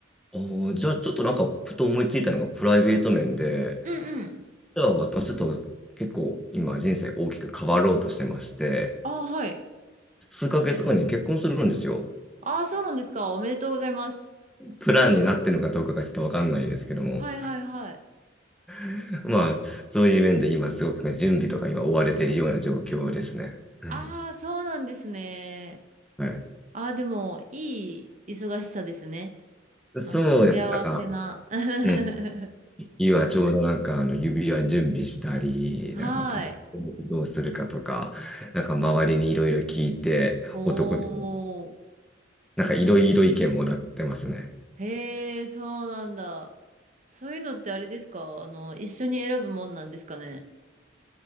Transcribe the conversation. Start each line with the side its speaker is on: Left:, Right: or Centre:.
Centre: あーじゃあちょっとなんか、ふと思いついたのがプライベート面で、
Right: うんうん。
Centre: じゃあ私ちょっと結構今人生大きく変わろうとしてまして、
Right: ああ、はい。
Centre: 数ヶ月後に結婚するんですよ。
Right: ああ、そうなんですか。おめでとうございます。
Centre: プランになってるのかどうかがちょっとわかんないですけども、
Right: はいはいはい。
Centre: <laughs> まあ、そういう面で今すごく準備とか今追われているような状況ですね。うん
Right: ああ、そうなんですね。
Centre: はい。
Right: ああ、でも、いい忙しさですね。あの、
Centre: そうですね。
Right: 幸せな。
Centre: なんか、
Right: <laughs>
Centre: うん今ちょうどなんかあの指輪準備したり、
Right: はい。
Centre: なんかポケモどうするかとか、なんか周りにいろいろ聞いて、
Right: おー。
Centre: 男ってなんかいろいろ意見もらってますね。
Right: へえ、そうなんだ。そういうのってあれですかあの、一緒に選ぶもんなんですかね